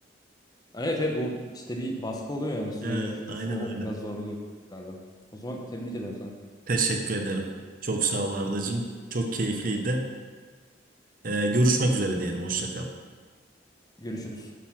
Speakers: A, on the left; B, on the right.
A: Evet evet o işte bir baskı oluyor yani süreli
B: Evet,
A: yarışıyorsun
B: aynen
A: o
B: öyle.
A: biraz zorluyor herhalde. O zaman tebrik ederim sana.
B: Teşekkür ederim. Çok sağ ol Ardacığım. Çok keyifliydi. Ee, görüşmek üzere diyelim. Hoşça kal.
A: Görüşürüz.